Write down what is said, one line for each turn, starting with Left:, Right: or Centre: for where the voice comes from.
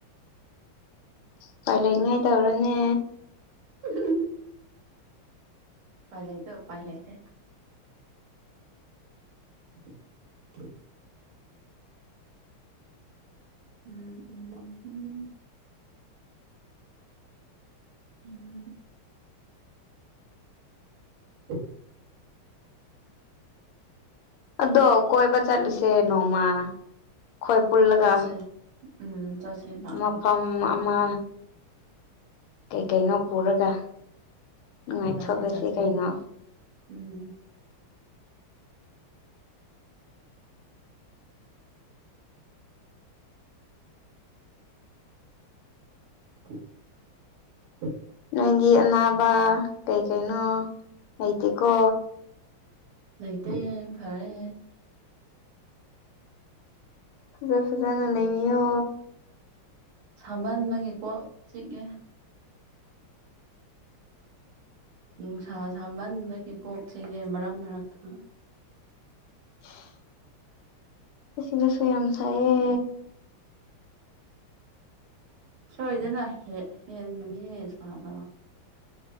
Left: ꯎꯄꯥꯏ ꯂꯩꯅꯤꯉꯥꯏ ꯇꯧꯔꯣꯅꯦ
Right: <unintelligible> ꯄꯥꯏ ꯂꯩꯇꯣ ꯄꯥꯏ ꯂꯩꯥꯇꯦ <inaudible> ꯎꯝ ꯎꯝ ꯎꯝ ꯎꯝ <unintelligible>
Left: ꯑꯗꯣ ꯀꯣꯏꯕ ꯆꯠꯂꯨꯁꯦ
Right: ꯎꯝ
Left: ꯅꯣꯡꯃ ꯈꯣꯏ ꯄꯨꯜꯂꯒ
Right: ꯆꯠꯁꯦ ꯎꯝ ꯆꯠꯁꯦ ꯂꯥꯛꯀꯦ
Left: ꯃꯐꯝ ꯑꯃ ꯀꯩꯀꯩꯅꯣ ꯄꯨꯔꯒ ꯅꯨꯡꯉꯥꯏꯊꯣꯛꯂꯁꯤ
Right: ꯆꯠꯁꯦ ꯆꯠꯁꯦ
Left: ꯀꯩꯅꯣ
Right: ꯎꯝ <inaudible>
Left: ꯅꯣꯏꯒꯤ ꯑꯅꯥꯕ ꯀꯩ ꯀꯩꯅꯣ ꯂꯩꯇꯦꯀꯣ
Right: ꯂꯩꯇꯦ ꯐꯔꯦ
Left: ꯐꯖ ꯐꯖꯅ ꯂꯩꯕꯤꯌꯣ
Right: ꯁꯃꯥꯟꯕꯒꯤ ꯀꯣꯛ ꯆꯤꯛꯑꯦ ꯅꯨꯡꯁꯥ ꯁꯥꯃꯟꯕꯒꯤ ꯀꯣꯛ ꯆꯤꯛꯑꯦ ꯃꯔꯛ ꯃꯔꯛꯇ
Left: ꯎ <unintelligible> <inaudible> ꯑꯁꯤꯗꯁꯨ ꯌꯥꯝ ꯁꯥꯏꯌꯦ
Right: ꯁꯣꯏꯗꯅ ꯍꯦꯟ ꯍꯦꯟꯒꯅꯤꯍꯦ ꯁꯥꯕ